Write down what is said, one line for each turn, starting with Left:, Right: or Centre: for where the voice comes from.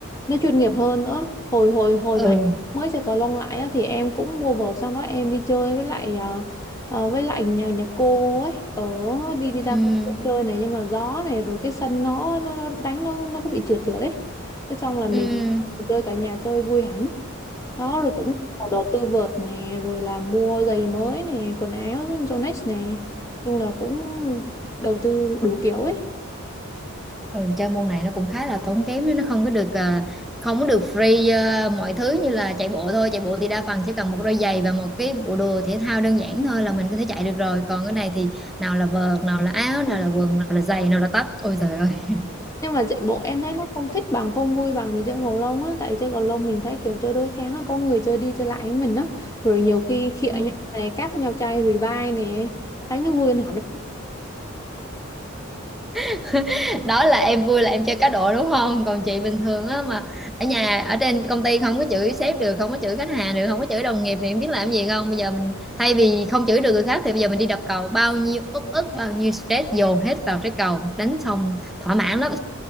Left: nó chuyên nghiệp hơn nữa hồi hồi hồi
Centre: Ừ
Left: mà mới chơi cầu lông lại á, thì em cũng mua vợt xong đó em đi chơi với lại à, à, với lại nhà nhà cô ấy ở đi đi ra
Centre: Ừm,
Left: công viên chơi này nhưng mà gió này rồi cái sân nó nó, nó đánh nó nó cứ bị trượt trượt đấy thế xong là mình
Centre: ừm.
Left: <laughs> chơi cả nhà chơi vui hẳn đó rồi cũng có đầu tư vợt nè rồi là mua giày mới nè quần áo Yonex nè chung là cũng đầu tư đủ kiểu ấy
Centre: ừ, chơi môn này nó cũng khá là tốn kém đấy, nó không có được ờ, không có được free ờ, mọi thứ như là chạy bộ thôi chạy bộ thì đa phần chỉ cần một đôi giày và một cái bộ đồ thể thao đơn giản thôi là mình có thể chạy được rồi còn cái này thì nào là vợt nào là áo nào là quần nào là giày nào là tất ôi trời ơi
Left: nhưng mà chạy bộ em thấy nó không thích bằng không vui bằng mình chơi cầu lông á tại vì chơi cầu lông mình thấy kiểu chơi đôi kháng là có người chơi đi chơi lại với mình á rồi nhiều khi khịa
Centre: Ừ.
Left: nhau nè cáp nhau chai revive nè đánh nó vui hơn hẳn
Centre: <laughs> đó là em vui là em chơi cá độ đúng không còn chị bình thường á mà ở nhà ở trên công ty không có chửi sếp được không có chửi khách hàng được không có chửi đồng nghiệp thì em biết làm gì không bây giờ mình thay vì không chửi được người khác thì bây giờ mình đi đập cầu bao nhiêu uất ức bao nhiêu stress dồn hết vào trái cầu đánh xong thỏa mãn lắm